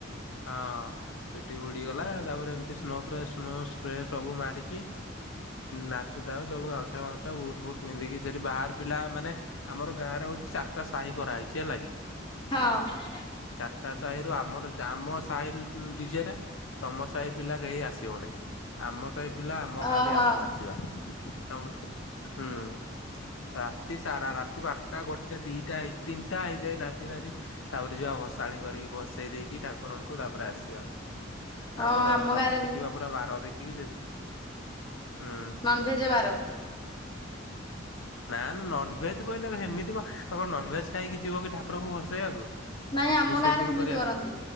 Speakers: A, on the left (about 80°); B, on the left (about 25°).
A: ହଁ। ଚୁଟି ଉଡିଗଲା ତାପରେ ଏମତି ସ୍ନୋ ଫ୍ରେ ସ୍ନୋ ସ୍ପ୍ରେ ସବୁ ମାରିକି ନାଚୁ ସବୁ ଗାମଛା ଫାମୁଛ ବୁଟ ଫୁଟ୍ ପିନ୍ଧିକି ସେଠି ବାହାର ପିଲା ମାନେ ଆମର ଗାଁ ରେ ହଉଛି ଚାରିଟା ସାହି କରାହେଇଛି ହେଲା କି?
B: ହଁ।
A: ଚାରିଟା ସାହିରୁ ଆମର ଆମ ସାହି ଡିଜେରେ ତମ ସାହି ପିଲା କେହି ଆସିବ ନାହିଁ ଆମ ସାହି ପିଲା ଆମର
B: ଓହୋ।
A: କାଲି ଆମର ନାଚିବା। ତ ହୁଁ। ରାତି ସାରା ରାତି ବାରଟା ଗୋଟେ ଦିଟା ହେଇ ତିନିଟା ହେଇଯାଏ ନାଚି ନାଚି ତାପରେ ଯିବା ଭସାଣି କରିକି ଭସେଇ ଦେଇକି ଠାକୁରଙ୍କୁ ତାପରେ ଆସିବା।
B: ହଁ
A: ଆମର
B: ଆମ
A: ରଖିଥିବା
B: ଗାଁରେ ବି
A: ପୁରା ବାର ଦେଖିକି ସେ ହୁଁ।
B: ନନଭେଜ ବାର।
A: ନା ନା ନନଭେଜ କହିଲେ ହେମିତି କଣ ଆଉ କଣ ନନଭେଜ ଖାଇକି ଯିବ କି ଠାକୁରଙ୍କୁ ଭସେଇବାକୁ।
B: ନାଇଁ ଆମ
A: ବିସର୍ଜନ
B: ଗାଁ ରେ ହେମିତି
A: କରିବାକୁ।
B: କରନ୍ତି